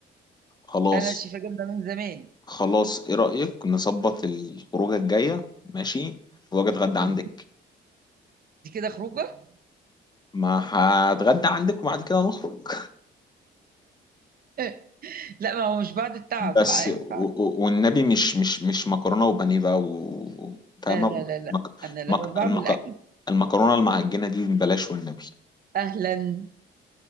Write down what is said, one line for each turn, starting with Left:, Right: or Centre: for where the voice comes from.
Left: خلاص
Right: أنا شايفة جبنة من زمان
Left: خلاص ايه رايك نظبط الخروجه الجايه ماشي واجي اتغدى عندك
Right: مهم. دي كده خروجة
Left: ما هتغدى عندك وبعد كده نخرج
Right: <laughs> لا ما هو مش بعد التعب
Left: بس
Right: ما ينفعش
Left: و- و- والنبي مش مش مش مكرونه وبانيه بقى و- فاهمه
Right: لا لا لا لا
Left: مك-
Right: أنا لما
Left: مك-
Right: بعمل
Left: المك-
Right: أكل
Left: المكرونه المعجنه دي بلاش والنبي
Right: أهلا